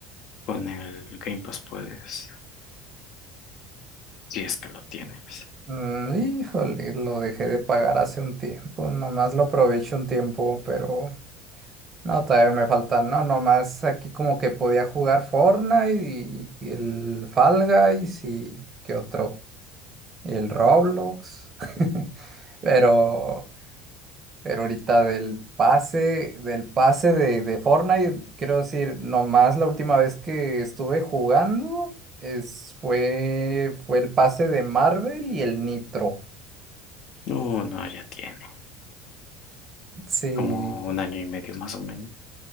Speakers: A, on the left (about 60°); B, on the right (about 40°).
A: Con el Game Pass puedes, si es que lo tienes.
B: Mm, Híjole, lo dejé de pagar hace un tiempo, nomás lo aprovecho un tiempo, pero No, todavía me faltan, no, nomás aquí como que podía jugar Fortnite y, y el Fall Guys y qué otro, y el Roblox, <laughs> pero, pero ahorita del pase, del pase de, de Fortnite, quiero decir, nomás la última vez que estuve jugando es, fue, fue el pase de Marvel y el Nitro.
A: No, no, ya tiene.
B: Sí,
A: Como un año y medio más o menos.